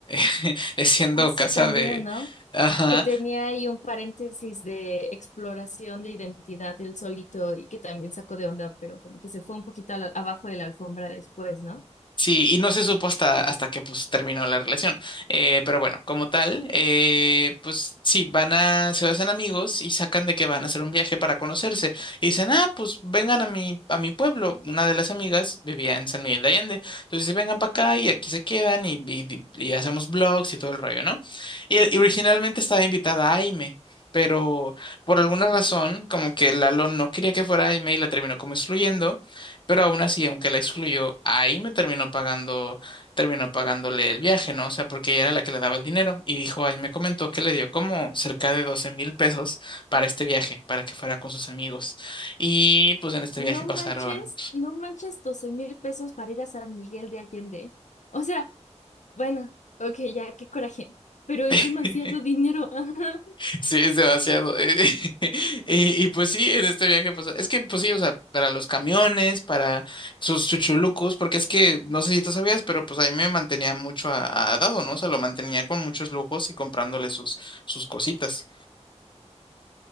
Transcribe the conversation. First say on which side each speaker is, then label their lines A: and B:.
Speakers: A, on the left; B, on the left.
A: <laughs> eh, siendo
B: Ah, sí,
A: casa
B: también,
A: de...
B: ¿no?
A: Ajá.
B: que tenía ahí un paréntesis de exploración de identidad del solito y que también sacó de onda, pero como que se fue un poquito a la- abajo de la alfombra después, ¿no?
A: Sí, y no se supo hasta, hasta que pues terminó la relación. Eh, pero bueno, como tal, eh, pues sí, van a, se hacen amigos y sacan de que van a hacer un viaje para conocerse. Y dicen, ah, pues vengan a mi, a mi pueblo. Una de las amigas vivía en San Miguel de Allende. Entonces, dice, vengan para acá y aquí se quedan y, y, y hacemos vlogs y todo el rollo, ¿no? Y, y originalmente estaba invitada Aime. Pero por alguna razón, como que Lalo no quería que fuera Aime y la terminó como excluyendo. Pero aún así, aunque la excluyó, ahí me terminó pagando, terminó pagándole el viaje, ¿no? O sea, porque ella era la que le daba el dinero y dijo, ahí me comentó que le dio como cerca de doce mil pesos para este viaje, para que fuera con sus amigos. Y pues en este
B: No
A: viaje pasaron.
B: manches, no manches doce mil pesos para ir a San Miguel de Allende. O sea, bueno, ok, ya, qué coraje, pero es demasiado
A: <laughs>
B: dinero. <laughs>
A: Sí, es demasiado. <laughs> Y, y pues sí, en este viaje, pues es que, pues sí, o sea, para los camiones, para sus chuchulucos, porque es que, no sé si tú sabías, pero pues ahí me mantenía mucho a, a Dado, ¿no? O sea, lo mantenía con muchos lujos y comprándole sus, sus cositas.